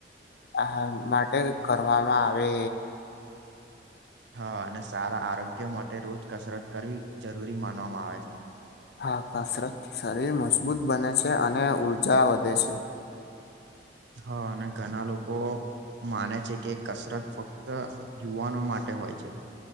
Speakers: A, on the left; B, on the right.
A: આ માટે કરવામાં આવે
B: હા અને સારા આરોગ્ય માટે રોજ કસરત કરવી જરૂરી માનવામાં આવે છે.
A: હા કસરતથી શરીર મજબૂત બને છે અને ઊર્જા વધે છે.
B: હા અને ઘણા લોકો માને છે કે કસરત ફ ક્ત યુવાનો માટે હોય છે.